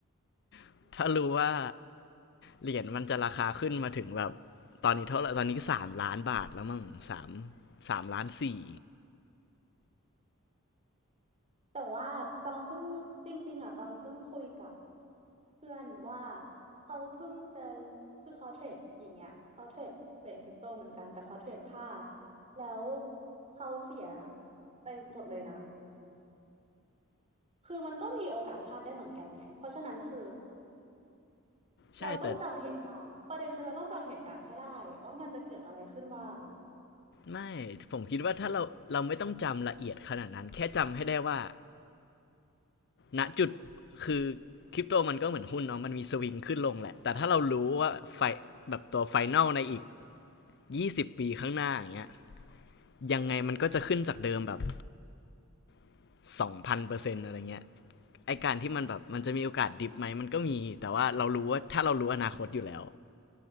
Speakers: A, on the left; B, on the right.
A: <laughs> ถ้ารู้ว่าเหรียญมันจะราคาขึ้นมาถึงแบบตอนนี้เท่าไหร่ตอนนี้สามล้านบาทแล้วมั้งสามสามล้านสี่
B: <laughs> แต่ว่าตองเพิ่งจริงๆอ่ะตองเพิ่งคุยกับ เพื่อนว่าเขาเพิ่งจะคือเขาเทรดอย่างเงี้ยเขาเทรดเหรียญคริปโตเหมือนกันแต่เขาเทรดพลาดแล้วเขาเสียไปหมดเลยนะคือมันก็มีโอกาสพลาดได้เหมือนกันไงเพราะฉะนั้นคือ
A: ใช่แต่
B: เราต้องจำเหตุการณ์ประเด็นคือเราต้องจำเหตุการณ์ให้ได้ว่ามันจะเกิดอะไรขึ้นบ้าง
A: ไม่ผมคิดว่าถ้าเราเราไม่ต้องจำละเอียดขนาดนั้นแค่จำให้ได้ว่า ณจุดคือคริปโตมันก็เหมือนหุ้นเนาะมันมีสวิงขึ้นลงแหละแต่ถ้าเรารู้ว่าไฟแบบตัวไฟนอลในอีก20ปีข้างหน้าอย่างเงี้ยยังไงมันก็จะขึ้นจากเดิมแบบ2,000%องพันเปอร์เซ็นต์อะไรเงี้ยไอการที่มันแบบมันจะมีโอกาสดิฟไหมมันก็มีแต่ว่าเรารู้ว่าถ้าเรารู้อนาคตอยู่แล้ว